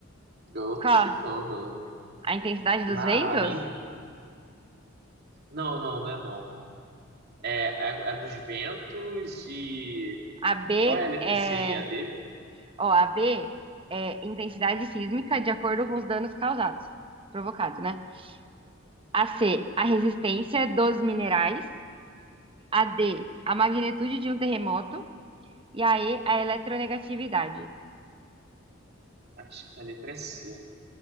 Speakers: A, on the right; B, on the right.
A: Eu
B: Qual?
A: tô chutando.
B: A intensidade
A: né?
B: dos
A: Na
B: ventos?
A: A, nem. Não, não, não é não. É a, a dos ventos e.
B: A B
A: Qual é a letra
B: é
A: C e a D?
B: Ó, a B é intensidade sísmica de acordo com os danos causados, provocados, né? A C, a resistência dos minerais. A D, a magnitude de um terremoto. E a E, a eletronegatividade.
A: Acho que é a letra C,